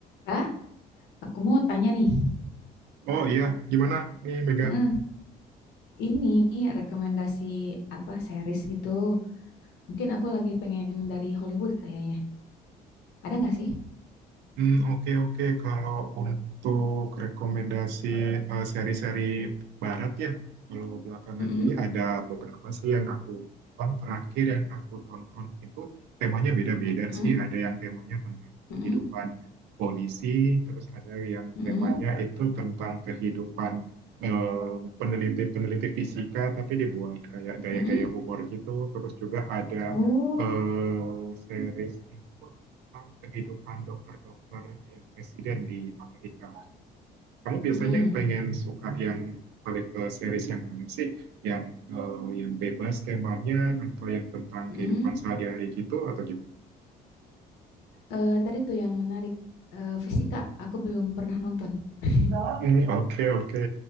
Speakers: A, on the left (about 80°); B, on the right (about 80°).
A: Kak, aku mau tanya nih.
B: Oh iya, gimana nih Mega?
A: Heeh, ini rekomendasi apa series gitu? Mungkin aku lagi pengen dari Hollywood kayaknya. Ada nggak sih?
B: Hmm, oke oke. Kalau untuk rekomendasi eh, seri-seri barat ya, kalau belakangan
A: Mm-mm,
B: ini ada beberapa sih yang aku tonton. Terakhir yang aku tonton itu temanya beda-beda
A: mm-mm,
B: sih. Ada yang temanya tentang
A: mm-mm,
B: kehidupan polisi, terus ada yang
A: mm-mm,
B: temanya itu tentang kehidupan eh, peneliti-peneliti fisika, tapi dibuat kayak gaya-gaya
A: mm-mm.
B: humor gitu. Terus juga ada
A: Oh,
B: eh, series itu tentang kehidupan dokter-dokter yang residen di Amerika. Kamu biasanya
A: mm-mm,
B: pengen suka yang balik ke series yang mana sih? Yang eh, yang bebas temanya atau yang tentang
A: mm-mm.
B: kehidupan sehari-hari gitu atau gimana?
A: Eh, tadi tuh yang menarik eh, fisika. Aku belum pernah nonton. <laughs>
B: Hmm, Oke oke.